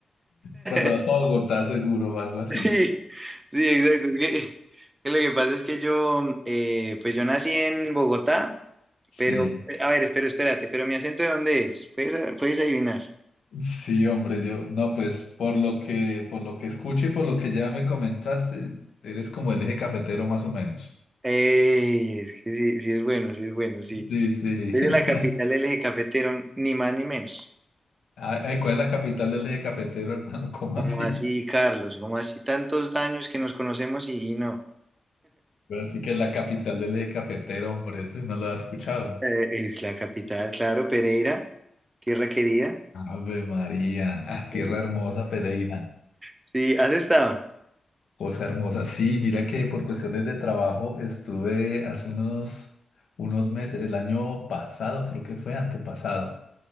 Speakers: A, on the left; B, on the right.
A: Cuando
B: <laughs>
A: vas a Bogotá, seguro, o algo así.
B: Sí, sí, exacto. Es que, que lo que pasa es que yo, eh, pues yo nací en Bogotá,
A: Sí,
B: pero, a ver, espera, espérate, pero mi acento ¿de dónde es? Puedes, puedes adivinar.
A: sí, hombre, yo, no, pues por lo que, por lo que escucho y por lo que ya me comentaste, eres como el eje cafetero más o menos.
B: Ey, es que sí, sí es bueno, sí es bueno, sí.
A: Sí, sí.
B: Desde
A: <laughs>
B: la capital del eje cafetero, ni más ni menos.
A: Ay, ay, ¿cuál es la capital del eje cafetero, hermano? ¿Cómo
B: Como
A: así?
B: así, Carlos? como así tantos años que nos conocemos y, y no?
A: Así que es la capital del eje cafetero, hombre, eso no lo has escuchado.
B: Eh, es la capital, claro, Pereira, tierra querida.
A: Ave María, ah, tierra
B: Sí,
A: hermosa, Pereira,
B: Sí, ¿has estado?
A: cosa hermosa. Sí, mira que por cuestiones de trabajo estuve hace unos, unos meses, el año pasado, creo que fue antepasado,